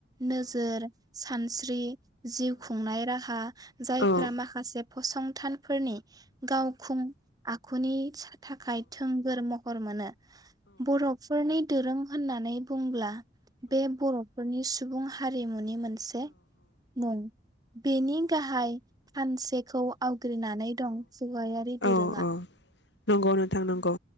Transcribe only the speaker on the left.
औ
औ
औ नंगौ नोंथां नंगौ